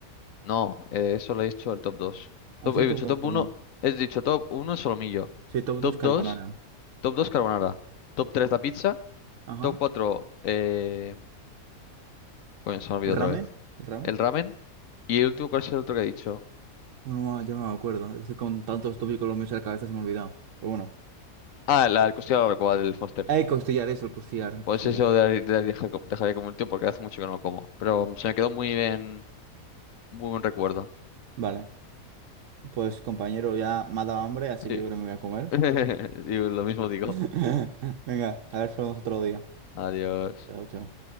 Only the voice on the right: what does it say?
Ah,
sí,
top
2,
perdón.
Sí, top
2 carbonara.
Ajá.
¿El ramen?
¿El ramen?
Uno ya me acuerdo. Es que con tantos tópicos los míos en la cabeza se me ha olvidado. Pero bueno.
Hay costillar eso, el costillar, el
costillar.
Vale. Pues compañero, ya me ha dado hambre, así
que yo creo que me voy a comer.
<laughs> Venga, a ver si lo vemos otro día.
Chao, chao.